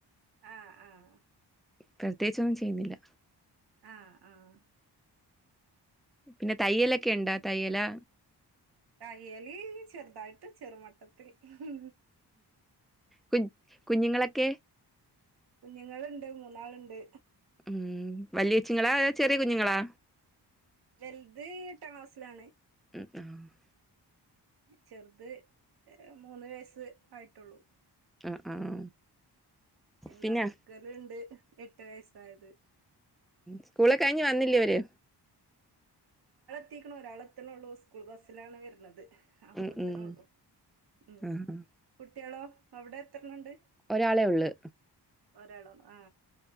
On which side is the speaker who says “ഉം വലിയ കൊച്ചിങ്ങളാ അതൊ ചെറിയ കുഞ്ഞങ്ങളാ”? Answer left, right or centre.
Centre